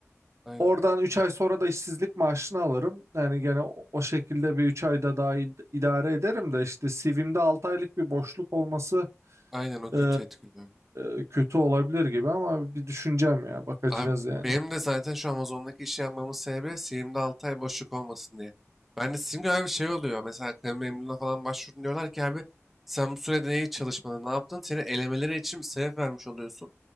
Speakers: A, in the centre; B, on the right.
A: Aynen.
B: oradan 3 ay sonra da işsizlik maaşını alırım. Yani gene o, o şekilde bir 3 ayda daha id- idare ederim de işte CV'mde 6 aylık bir boşluk olması
A: Aynen o kötü
B: e,
A: etkiliyor.
B: e, kötü olabilir gibi ama bir düşüneceğim ya bakacağız
A: Abi
B: yani.
A: benim de zaten şu Amazon'daki işi yapmamın sebebi Steam'de 6 ay boşluk olmasın diye. Ben de Steam gibi bir şey oluyor. Mesela kamu memurluğuna falan başvurdun diyorlar ki abi sen bu sürede neyi çalışmadın, ne yaptın? Seni elemeleri için bir sebep vermiş oluyorsun.